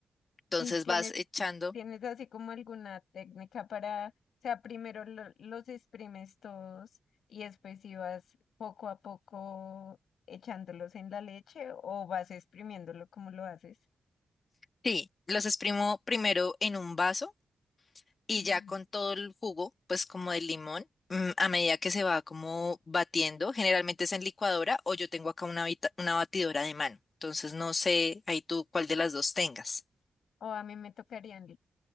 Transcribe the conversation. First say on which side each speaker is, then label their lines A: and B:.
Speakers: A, on the left (about 45°); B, on the left (about 85°).
A: Entonces
B: ¿Y tienes,
A: vas echando
B: tienes así como alguna técnica para, o sea, primero lo- los exprimes todos y después si vas poco a poco echándolos en la leche o vas exprimiéndolo como lo haces?
A: Sí, los exprimo primero en un vaso y
B: Mm.
A: ya con todo el jugo, pues como del limón, mm, a medida que se va como batiendo, generalmente es en licuadora o yo tengo acá una, bita- una batidora de mano. Entonces no sé ahí tú cuál de las dos tengas.
B: O a mí me tocaría en, li-